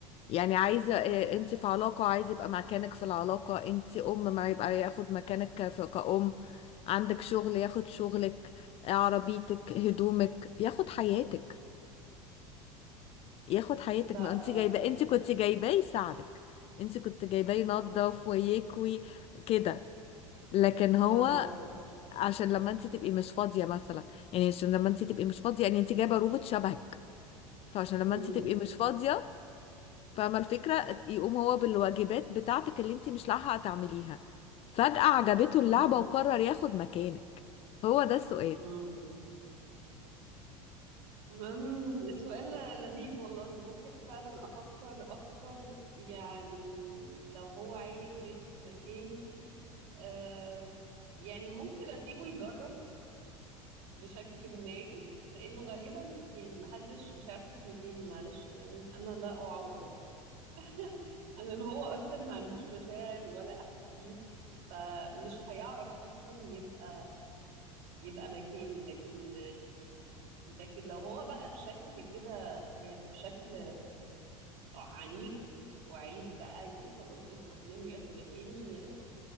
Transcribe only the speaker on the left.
يعني عايزة اه،
انتي في علاقة عايز يبقى مكانك في العلاقة انتي ام ما يبقى ياخد مكانك كف- كأم عندك شغل ياخد شغلك عربيتك هدومك ياخد حياتك ياخد حياتك
ما انت
جايبه انت كنت جايباه يساعدك انت كنت جايباه ينظف
ويكوي كده لكن هو
عشان لما انت تبقي مش فاضيه مثلا يعني عشان لما انت تبقي مش فاضيه يعني انت جايبه روبوت شبهك فعشان لما
انت تبقي مش فاضيه فاهمه الفكره يقوم هو بالواجبات بتاعتك اللي انت مش لاحقه تعمليها فجأة عجبته اللعبه
وقرر ياخد مكانك هو ده السؤال